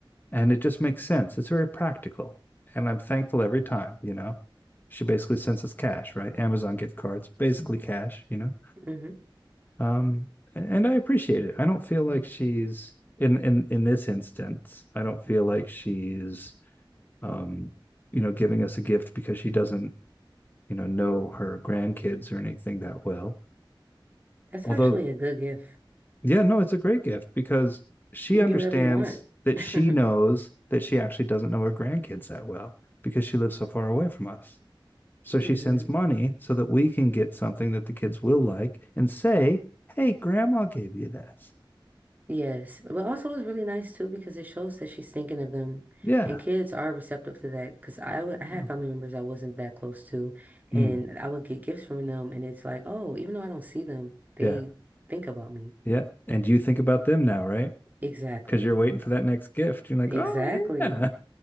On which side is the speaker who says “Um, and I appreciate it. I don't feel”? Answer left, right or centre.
Left